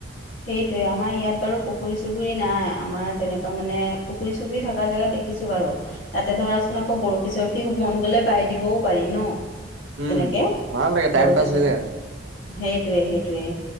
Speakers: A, on the left (about 80°); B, on the right (about 90°).
A: সেইটোৱেই আমাৰ ইয়াত বাৰু পুখুৰী-চুখুৰী নাই আমাৰ তেনেকুৱা মানে পুখুৰী-চুখুৰি থকা জেগাত দেখিছোঁ বাৰু। তাতে ধৰাচোন আকৌ বৰশী-চৰশী মন গ'লে বাই দিবও পাৰি ন। তেনেকে
B: উম ভাল লাগে টাইম
A: বৰশী
B: পাছ
A: চখ
B: হৈ যায় আৰু
A: সেইটোৱে সেইটোৱে।